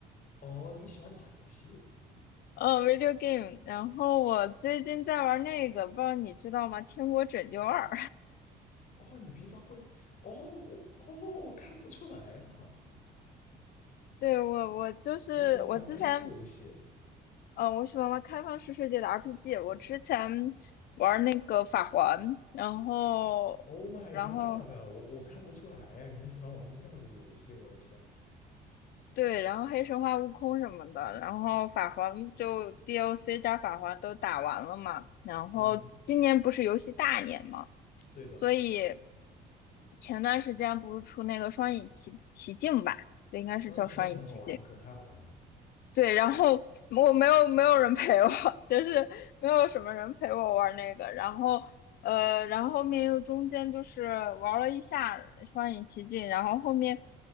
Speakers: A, on the left; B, on the left.
A: 哦，你喜欢打游戏？
B: 嗯 v i d e o game。然后我最近在玩那个，不知道你知道吗？《天国拯救二》
A: 哦，你平常会？哦，我哦，我看不出来啊，
B: <laughs> 对，我，我就是我之前，
A: 你喜欢玩单机游戏
B: 呃，我喜欢玩开放式世界的 RPG。我之前那个法环，然后，
A: ？Oh my
B: 然后
A: god，我我看不出来，你喜欢玩这样子的游戏，我的天。
B: 对，然后黑神话、悟空什么的，然后法环就 d O c 加法环都打完了嘛，然后今年不是游戏大年嘛，
A: 嗯，对的，
B: 所以前段时间不是出那个双影奇奇境吧，应该是叫双影奇境，
A: 双鱼期间很好玩，可太好玩了。
B: 对，然后我没有没有人陪我，<laughs> 就是没有什么人陪我玩那个，然后呃，然后后面又中间就是玩了一下双影奇境，然后后面